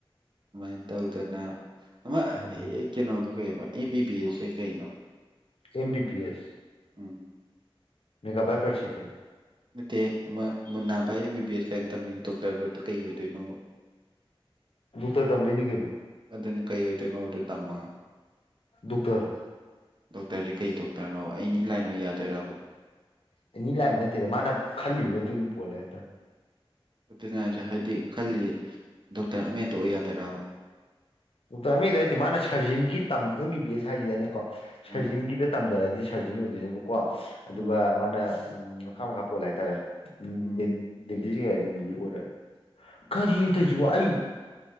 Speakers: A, on the right (about 55°); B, on the left (about 75°).
A: ꯏꯟ ꯇ ꯎꯜꯇꯅ ꯑ
B: ꯎꯝ
A: ꯑꯦꯀꯦꯅꯣ ꯕ ꯑꯦ ꯕꯤ ꯄꯤ ꯑꯦꯁꯦ ꯀꯩꯅꯣ
B: ꯑꯦꯦꯝ ꯕꯤ ꯄꯤ ꯑꯦꯁ
A: ꯎꯝ
B: ꯃꯤꯒꯚꯥꯏ ꯄꯁꯤꯀꯦ
A: ꯅꯠꯇꯦ ꯑꯃ ꯃꯨꯅꯥ ꯚꯥꯏ ꯑꯦꯝ ꯕꯤ ꯕꯤ ꯑꯦꯁ ꯀꯥꯏꯅ ꯇꯝꯃꯤ ꯗꯣꯛꯇꯔ ꯂꯇ ꯀꯩ ꯑꯣꯏꯗꯣꯏꯅꯣꯕ
B: ꯛꯇꯔ ꯇꯝꯃꯦꯩꯅꯤ ꯀꯩꯅꯣ
A: ꯑꯗꯨꯅ ꯀꯩ ꯑꯣꯏꯗꯣꯏꯅꯣꯕꯗ ꯇꯝꯃꯒ
B: ꯗꯣꯛꯇꯔ
A: ꯗꯣꯛꯇꯔꯁꯦ ꯀꯩ ꯗꯣꯛꯇꯔꯅꯣꯕ ꯑꯦꯅꯤ ꯂꯥꯏꯟ ꯑꯣꯏ ꯌꯥꯗꯣꯏꯔꯕ
B: ꯅꯅꯤꯂ ꯅ ꯃꯥꯅ ꯈꯥꯂꯤ ꯄꯨꯣꯂꯦꯇ
A: ꯑꯗꯨ ꯍꯥꯏꯗꯤ ꯈꯜꯂꯤ ꯗꯣꯛꯇꯔ ꯑꯃꯦꯛꯇ ꯑꯣꯏ ꯌꯥꯗꯣꯏꯔꯕ
B: ꯗꯣꯛꯇꯔ ꯑꯃꯒꯤꯛꯇ ꯅꯠꯇꯦ ꯃꯥꯅ ꯁꯔꯖꯤꯡꯒꯤ ꯑꯦꯝ ꯕꯤ ꯕꯤ ꯑꯦꯁ ꯍꯥꯏꯁꯤꯗꯅꯦꯀꯣ ꯁꯔꯖꯤꯡꯒꯤꯗ
A: ꯎꯝ
B: ꯇꯝꯗꯔꯗꯤ ꯁꯔꯖꯟ ꯑꯣꯏꯗꯣꯏꯅꯦꯕꯀꯣ ꯑꯗꯨꯒ
A: ꯎꯝ
B: ꯃꯥꯅ ꯎ ꯃꯈꯥ ꯃꯈꯥ ꯄꯣꯜꯂꯦ ꯍꯥꯏꯇꯥꯔꯦ ꯎꯝꯗꯤꯦꯗꯨꯗꯤ
A: ꯎꯝ
B: ꯑꯣꯏꯔꯦ
A: ꯎꯝ
B: ꯀꯔꯤꯅ ꯇꯧꯁꯤꯕ ꯑꯩ